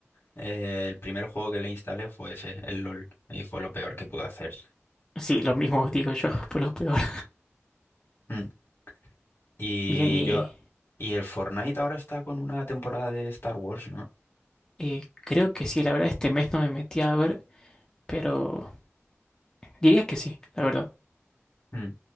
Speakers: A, on the left; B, on the left.
A: Eh, el primer juego que le instalé fue ese, el LOL, y fue lo peor que pude hacer.
B: sí, lo mismo digo yo, <laughs> fue lo peor.
A: Mm. Y
B: Bien, y,
A: yo, y el Fortnite ahora está con una temporada de Star Wars, ¿no?
B: y creo que sí, la verdad este mes no me metí a ver, pero diría que sí, la verdad.
A: Mm.